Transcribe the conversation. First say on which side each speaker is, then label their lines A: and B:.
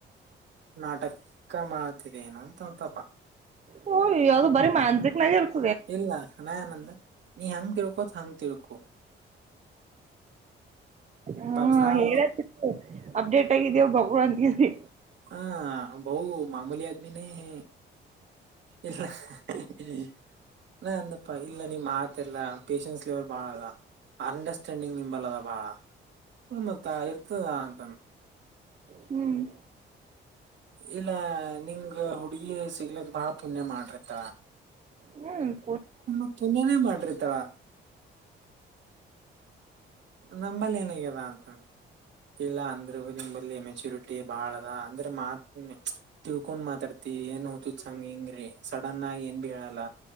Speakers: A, on the right; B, on the right.
A: ನಾಟಕ ಮಾಡ್ತಿದ್ದ ಏನ ಅಂತ ಅಂತಪ
B: ಹಓ್ ಯಾವವು್ದ ಬಾರಿ ಮಾನ್ಸಿಕಕ್ನಾಗೆ ಇರ್ತ
A: ಇಲ್ಲ ನನಯ ಆನಂದ ನೀ ಹೆಂಗ ತಿರ್ಕೋತ್ ಹಂಗ್ ತಿರ್ಕೊ
B: ಹಾ
A: ಪಾಪ ನಾವ್
B: ಹೇಳತ್ತು ಅಪ್ಡೇಟ್ ಆಗಿದೇವು ಬಗ ಅಂತಿದಿ
A: ಹಾ ಬೌ ಮಾಮೂಲಿ ಆದಮಿ ನ ಹ ಎಲ್ಲ ಹಾ ಅಂದಪ್ಪ ಇಲ್ಲ ನಿಮ್ ಆತ ಎಲ್ಲಾ ಪೇಶನ್ಸ್ ೇವಲ್ ಬಾಳ ಅದ ಅಂಡರ್ಸ್ಟ್ಯಾಂಡಿಂಗ್ ನಿಂಬಲ್ಲದ ಬಾಳ ಮತ್ತ ಇರ್ತದ ಅಂತ
B: ಹ್ಮ್
A: ಇಲ್ಲ ನಿಂಗ ಹುಡುಗಿ ಸಿಗ್ಲಕ್ ಬಾ ಪುಣ್ಯ ಮಾಡ್ರಿತ್ತ
B: ಹ್ಮ
A: ಮ್ಮ ಪುನನೇ ಮಾಡ್ರಿತಳ ನಂಬಲ್ಲಿ ಏನಗ್ಯಾರ ಅಂತ ಇಲ್ಲ ಅಂದ್ರಗೂ ನಿಂಬಲ್ಲಿ ಚುರುಟಿ ಬಾಳದ ಅಂದ್ರೆ ಮಾತ್ ತಿಳ್ಕೊಂಡ್ ಮಾತಾಡ್ತಿ ಏನ್ ಹತ ಚಂಗ ಹಿಂಗ್ರೀ ಸಡನ್ ಆಗಿ ಏನ್ ಬಿ ಹೇಳಲ್ಲ